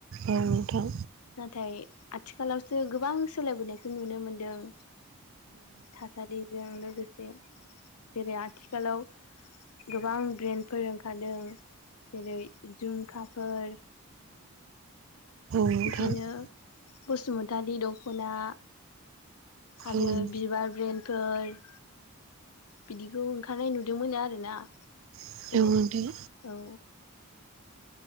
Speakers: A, on the right; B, on the left.
A: औ नोंथां
B: नाथाय आथिखालावसो गोबां सोलायबोनायखौ नुनो मोनदों। थासारिजों लोगो लोगोसे जेरै आथिखालाव गोबां ब्रेन फोरोंखादों जेरै जुमखाफोर
A: औ
B: बिदिनो बसुमतारी दख'ना आरो
A: औ
B: बिबार ब्रेेनडफोर बिदिखौ ओंखारनाय नुदोंमोनो आरोना
A: नोंथां
B: जेरै औ